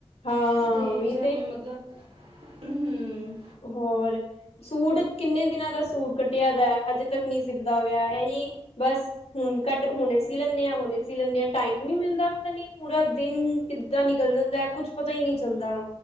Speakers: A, on the left (about 85°); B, on the right (about 85°).
A: ਹਾਂ
B: ਤੇ
A: ਉਹੀ
B: ਜਿਵੇਂ ਮਤਲਬ। ਹੂੰ।
A: ਹੋਰ ਸੂਟ ਕਿੰਨੇ ਦਿਨਾਂ ਦਾ ਸੂਟ ਕੱਟਿਆ ਦਾ। ਹਜੇ ਤੱਕ ਨਹੀਂ ਸਿਪਦਾ ਪਿਆ। ਇਹੀ ਬਸ ਹੁਣ ਕੱਟ ਹੁਣੇ ਸੀ, ਲੈਂਦੇ ਆ ਹੁਣੇ ਸੀ ਲੈਂਦੇ। ਹੂੰ, ਟਾਈਮ ਨੀ ਮਿਲਦਾ ਪਤਾ ਨੀ ਪੂਰਾ ਦਿਨ ਕਿੱਦਾਂ ਨਿਕਲ ਜਾਂਦਾ। ਕੁਛ ਪਤਾ ਹੀ ਨਹੀਂ ਚੱਲਦਾ।